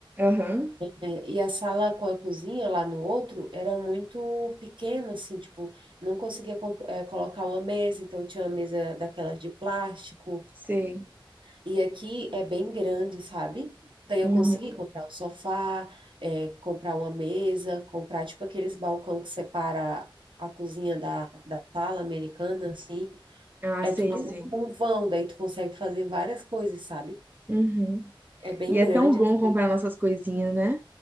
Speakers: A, on the right (about 20°); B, on the right (about 65°).
A: Aham,
B: É, e a sala com a cozinha lá no outro era muito pequena, assim, tipo, não conseguia, comp- eh, colocar uma mesa, então tinha uma mesa daquelas de plástico.
A: sei.
B: E aqui é bem grande, sabe? Daí eu
A: Uhum.
B: consegui comprar um sofá, eh, comprar uma mesa, comprar, tipo, aqueles balcão que separa a cozinha da, da sala americana, assim.
A: Ah,
B: É
A: sei,
B: tudo
A: sei.
B: um vão, daí tu consegue fazer várias coisas, sabe?
A: Uhum.
B: É bem
A: E é
B: grande,
A: tão bom
B: assim.
A: comprar nossas coisinhas, né?